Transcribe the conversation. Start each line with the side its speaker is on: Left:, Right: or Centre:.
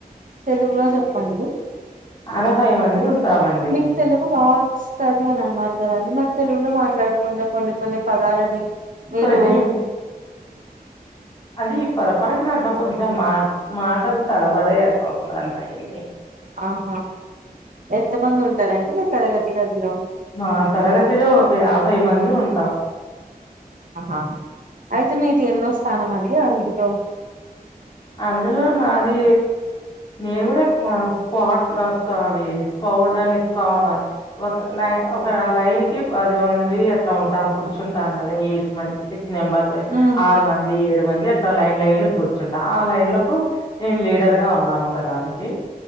Right: తెలుగులో చెప్పండి
Left: అరవై మంది ఉంటామండి
Right: మీకు తెలుగు బాగా వస్తుంది అని అన్నారు కదండి మరి తెలుగులో మాట్లాడకుండా కొన్ని కొన్ని పదాలని మీరు
Left: కానీ అది ఈ పొరపాటున అట్లా కొంచెం మా మాటలు తడబడయారు వస్తాంటయిడి
Right: ఆహా ఎంత మంది ఉంటారంటడి మీ తరగతి గదిలో
Left: మా తరగతిలో ఒక యాభై మంది ఉంటాం
Right: ఆహా అయితే మీది ఎన్నో స్థానం అండి అందులో
Left: అందులో నాది నేను కూడా స్కాడ్ రాసుకోవాలి స్కోడ్ అని స్ ఒక నై ఒక లైన్ కి పది మంది అట్లా ఉంటాము కూర్చుంటాం కదా ఎట్ మ సిక్స్ నెంబర్
Right: ఉమ్,
Left: ఆరు మంది ఏడు మంది అట్లా లైన్ లైన్ కూర్చుంట ఆ లైన్ లకు నేను లీడర్ గా ఉన్నాను ఒకదానికి